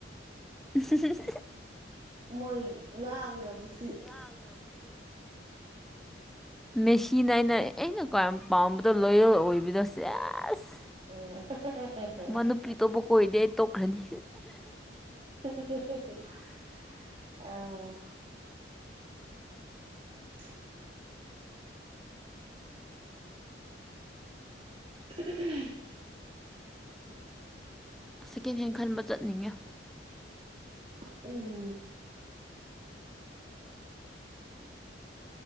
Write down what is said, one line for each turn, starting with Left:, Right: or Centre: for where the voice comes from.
Centre: <unintelligible>
Right: ꯃꯣꯏ ꯉꯥꯡꯅꯕꯁꯤ
Centre: <unintelligible> <unintelligible> ꯃꯦꯁꯤꯅ ꯑꯩꯅ ꯑꯩꯅ ꯈ꯭ꯋꯥꯏ ꯄꯥꯝꯕꯗ ꯂꯣꯌꯦꯜ ꯑꯣꯏꯕꯗꯣꯁꯦ ꯁꯦꯁ
Right: <unintelligible>
Centre: ꯃꯥ ꯅꯨꯄꯤ ꯇꯣꯞꯄ ꯀꯣꯏꯔꯗꯤ ꯇꯣꯛꯈ꯭ꯔꯅꯤ
Right: <unintelligible> <inaudible> ꯎꯝ
Centre: ꯁꯦꯀꯦꯟ ꯍꯦꯟ ꯈꯟꯕ ꯆꯠꯅꯤꯡꯉꯦ
Right: ꯎꯝ
Centre: ꯎꯝ